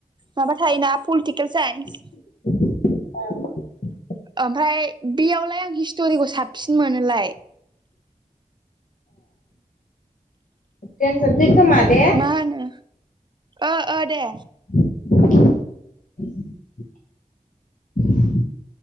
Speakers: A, on the right; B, on the left.
A: माबा थायोना पलिटिकेल साइन्स।
B: औ।
A: ओमफाय बेयावलाय आं हिस्ट'रिखौ साबसिन मोनोलाय।
B: दोन्थनोसै खोमा? दे
A: मा होनो ओ-ओ दे।
B: <inaudible> <unintelligible>